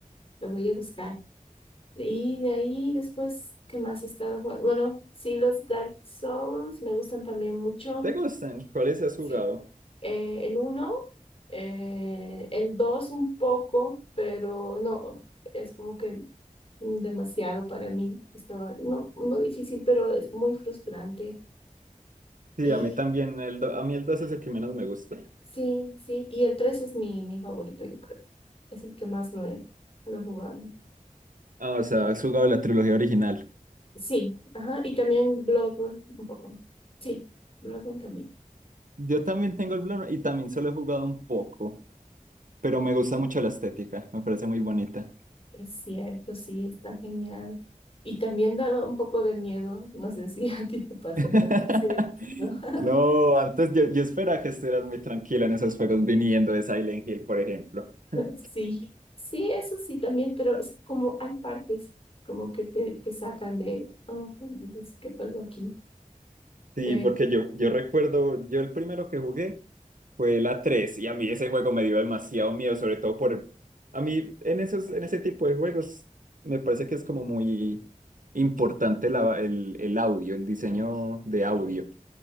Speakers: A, on the left; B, on the right.
A: lo voy a buscar. Y de ahí después, ¿qué más he estado jugando? Bueno, sí, los Dark Souls me gustan también mucho.
B: ¿Te gustan? ¿Cuáles has
A: Sí.
B: jugado?
A: Eh, el 1, el 2 un poco, pero no, es como que demasiado para mí. Estaba, no, no difícil, pero es muy frustrante.
B: Sí,
A: Y
B: a mí también, el do- a mí el 2 es el que menos me gusta.
A: sí, sí, y el tres es mi, mi favorito, yo creo. Es el que más lo he, lo he jugado.
B: Ah, o sea, has jugado la trilogía original.
A: Sí, ajá, y también Bloodborne un poco. Sí, Bloodborne también.
B: Yo también tengo el Bloodborne y también solo he jugado un poco, pero me gusta mucho la estética, me parece muy bonita.
A: Es cierto, sí, está genial. Y también da un poco de miedo, no sé si a ti te pasa,
B: <laughs>
A: pero sí me dio miedo. <laughs>
B: No, antes yo, yo esperaba que estuvieras muy tranquila en esos juegos viniendo de Silent Hill, por ejemplo. <laughs>
A: Sí, sí, eso sí también, pero es como hay partes como que te, te sacan de, oh, dices, ¿qué pasó aquí?
B: Sí,
A: Eh,
B: porque yo, yo recuerdo, yo el primero que jugué fue la 3 y a mí ese juego me dio demasiado miedo, sobre todo por... A mí en esos, en ese tipo de juegos me parece que es como muy importante la- el, el audio, el diseño de audio.